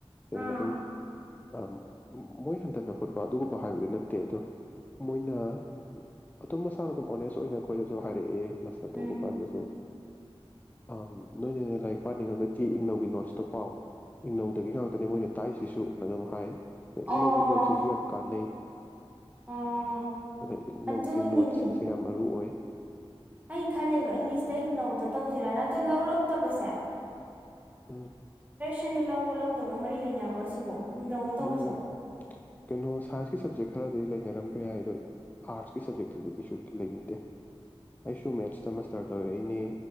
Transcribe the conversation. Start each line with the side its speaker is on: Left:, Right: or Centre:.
Left: ꯁꯦꯡꯅ
Right: ꯑꯥ
Left: ꯑꯗꯨꯝ ꯇꯝ ꯃꯣꯏ ꯍꯟꯊꯅ ꯈꯣꯠꯄ ꯑꯗꯨꯒꯨ ꯍꯥꯏꯔꯨꯒꯤꯅꯨ ꯅꯠꯇꯦ ꯑꯗꯣ ꯃꯣꯏꯅ ꯑꯗꯨꯝ ꯃꯁꯥꯅ ꯑꯗꯨꯝ ꯑꯣꯅꯦꯁ ꯑꯣꯏꯅ ꯑꯩꯈꯣꯏꯗꯁꯨ ꯍꯥꯏꯔꯛꯑꯦ ꯃꯥꯁꯇꯔ
Right: ꯎꯝ
Left: ꯇꯧꯕ ꯀꯥꯟꯗꯁꯨ ꯑꯝ ꯅꯣꯏꯅꯅꯦ ꯂꯥꯏꯔꯤꯛ ꯄꯥꯅꯤꯡꯉꯒꯗꯤ ꯏꯛꯅꯩꯒꯤ ꯅꯣꯠꯁꯇꯣ ꯄꯥꯎ ꯏꯛꯅꯧꯗꯒꯤ ꯉꯥꯛꯇꯅꯦ ꯃꯣꯏꯅ ꯇꯥꯛꯏꯁꯤꯁꯨ ꯑꯗꯨꯝ ꯍꯥꯏ
Right: ꯑꯣ
Left: ꯏꯛꯅꯧꯒꯤ ꯅꯣꯠꯁꯁꯤꯁꯨ ꯌꯥꯝ ꯅꯩ
Right: ꯑꯣ
Left: ꯑꯗꯨꯅ ꯏꯛꯅꯧꯒꯤ
Right: ꯑꯗꯨꯅꯤꯅꯦ
Left: ꯅꯣꯠꯁꯤꯡꯁꯦ ꯌꯥꯝ ꯃꯔꯨ ꯑꯣꯏ
Right: ꯑꯩ ꯈꯜꯂꯦꯕ ꯏꯪꯂꯤꯁꯇ ꯏꯛꯅꯧꯗ ꯇꯧꯁꯤꯔꯥꯅ ꯑꯗꯣ ꯂꯧꯔꯛꯇꯕꯁꯦ
Left: ꯑꯝ
Right: ꯁꯟꯗ ꯂꯧꯕ ꯂꯧꯗꯕ ꯃꯔꯤ ꯂꯩꯅꯕ꯭ꯔꯣ ꯁꯤꯕꯨ ꯏꯛꯅꯧꯗ ꯇꯧꯕꯁꯦ
Left: ꯎꯝ ꯀꯩꯅꯣ ꯁꯥꯏꯟꯁꯀꯤ ꯁꯞꯖꯦꯛ ꯈꯔꯗꯗꯤ ꯂꯩꯅꯔꯝꯕ ꯌꯥꯏ ꯑꯗꯣ ꯑꯥꯔꯠꯁꯀꯤ ꯁꯞꯖꯦꯛꯇꯗꯤ ꯀꯩꯁꯨ ꯂꯩꯅꯗꯦ ꯑꯩꯁꯨ ꯃꯦꯠꯁꯇ ꯃꯥꯁꯇꯔ ꯇꯣꯏꯔꯛꯏꯅꯦ